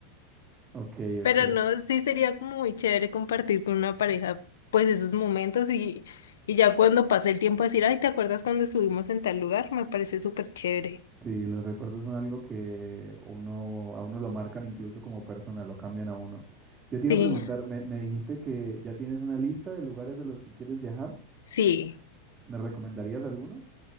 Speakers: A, on the right; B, on the left.
A: Ok,
B: Pero
A: ok.
B: no, sí sería como muy chévere compartir con una pareja pues esos momentos y, y ya cuando pase el tiempo decir, ay, ¿te acuerdas cuando estuvimos en tal lugar? Me parece súper chévere.
A: Sí, los recuerdos son algo que uno, a uno lo marcan incluso como persona, lo cambian a uno. Yo te iba
B: Sí,
A: a preguntar, me, me dijiste que ya tienes una lista de lugares a los que quieres viajar.
B: sí.
A: ¿Me recomendarías alguno?